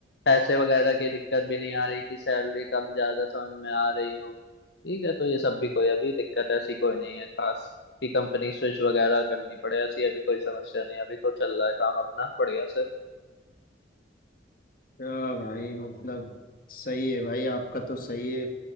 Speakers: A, on the left; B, on the left.
A: पैसे वगैरह की दिक्कत भी नहीं आ रही कि सैलरी कम ज्यादा समझ में आ रही हो ठीक है तो ये सब भी कोई अभी दिक्कत ऐसी कोई नहीं है खास कि कंपनी स्विच वगैरह करनी पड़े ऐसी अभी कोई समस्या नहीं है, अभी तो चल रहा है काम अपना बढ़िया से
B: हाँ भाई मतलब सही है भाई आपका तो सही है